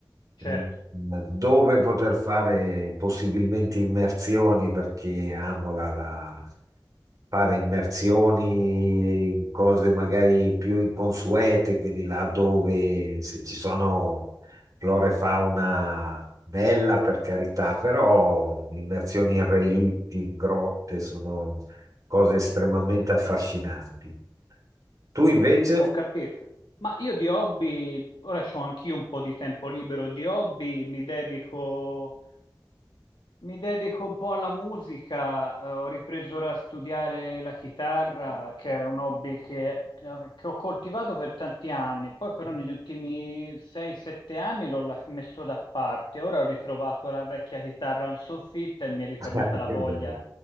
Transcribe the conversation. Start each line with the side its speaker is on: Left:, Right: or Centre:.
Left: Certo,
Right: eh, dove poter fare possibilmente immersioni, perché amo la, la- fare immersioni in cose magari più inconsuete, quindi là dove se ci sono flora e fauna bella per carità, però immersioni in relitti, in grotte sono cose estremamente affascinanti. Tu invece?
Left: ho capito. Ma io di hobby, ora ho anch'io un po' di tempo libero, di hobby mi dedico Mi dedico un po' alla musica, eh, ho ripreso ora a studiare la chitarra, che è un hobby che, che ho coltivato per tanti anni, poi però
Right: <laughs>
Left: negli ultimi 6-7 anni l'ho las- messo da parte, ora ho ritrovato la vecchia chitarra in soffitta e mi è ritornata
Right: Ah,
Left: la
Right: Che
Left: voglia
Right: bello.